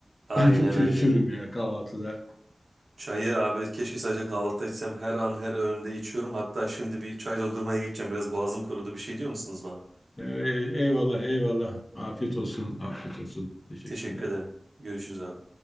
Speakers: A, on the right; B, on the left.
A: aynen
B: Ben çok çay
A: öyle.
B: içiyorum ya kahvaltıda.
A: Çayı abi keşke sadece kahvaltıda içsem. Her an her öğünde içiyorum. Hatta şimdi bir çay doldurmaya gideceğim. Biraz boğazım kurudu. Bir şey diyor musunuz bana?
B: Ee, eyvallah, eyvallah. Afiyet olsun, afiyet olsun. Teşekkürler.
A: Teşekkür ederim. Görüşürüz abi.